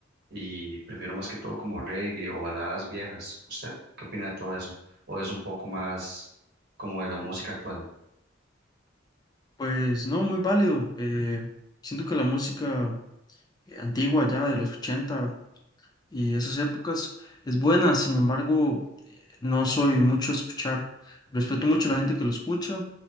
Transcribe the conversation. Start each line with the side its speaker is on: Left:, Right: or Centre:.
Right: y prefiero más que todo como reggae o baladas viejas. ¿Usted qué opina de todo eso? ¿O es un poco más como de la música actual?
Left: Pues no, muy válido. Eh, siento que la música eh, antigua ya de los 80 y esas épocas es buena, sin embargo, no soy mucho a escuchar. Respeto mucho a la gente que lo escucha,